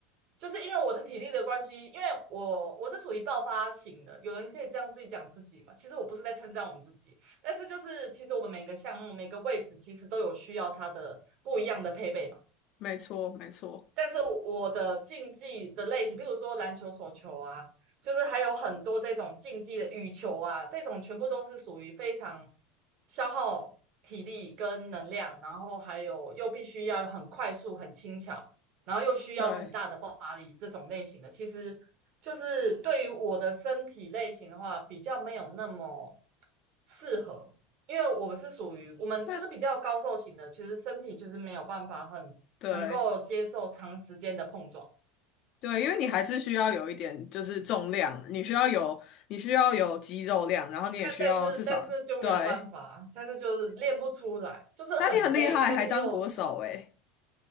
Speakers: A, on the right (about 55°); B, on the left (about 50°).
A: 就是因为我的体力的关系，因为我我是属于爆发型的，有人可以这样自己讲自己嘛，其实我不是在称赞我们自己，但是就是其实我们每个项目每个位置其实都有需要它的不一样的配备嘛。
B: 没错，没错，
A: 但是我的竞技的类型，比如说篮球、手球啊，就是还有很多这种竞技的羽球啊，这种全部都是属于非常消耗体力跟能量，然后还有又必须要很快速、很轻巧，然后又需要很大的爆发力这种类型的。
B: 对，
A: 其实就是对于我的身体类型的话，比较没有那么适合，因为我们是属于我们就是比较高瘦型的，
B: 但
A: 其实身体就是没有办法很。
B: 对
A: 能够接受长时间的碰撞。
B: 对，因为你还是需要有一点就是重量，你需要有你需要有肌肉量，然后你也需要至少对，
A: 但但是但是就没有办法，但是就是练不出来，就是很累，
B: 但你很厉害，
A: 但是又喘。
B: 还当国手诶。